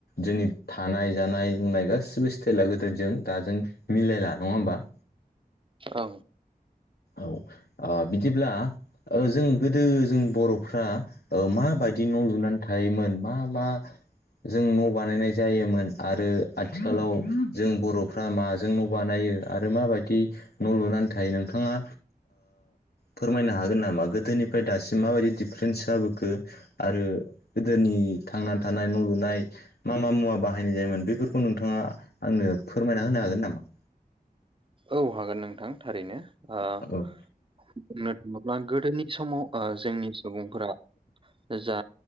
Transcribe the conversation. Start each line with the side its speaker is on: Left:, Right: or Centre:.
Left: जोंनि थानाय जानाय लोंनाय गासिबो स्टाइला गोदिरजों दाजों मिलायला नंङा होमबा
Right: औ
Left: औ बिदिब्ला जों गोदो जों बर'फ्रा माबायदि न' लुनानै थायोमोन मा मा जों न' बानायनाय जायोमोन आरो आथिखालाव जों बर'फ्रा माजों न' बानायो आरो माबायदि न' लुनानै थायो नोंथांङा फोरमायनो हागोन नामा गोदोनिफ्राय दासिम माबायदि दिडफारेन्स जाबोखो आरो गोदोनि थांनानै थानाय न' लुनाय मा मा मुवा बाहायनाय जायोमोन बेफोरखौ नोंथांङा आंनो फोरमायना होनो हागोन नामा
Right: औ हागोन नोंथां थारैनो बुंनो
Left: औ
Right: थांङोब्ला गोदोनि समाव जोंनि सुबुंफोरा जा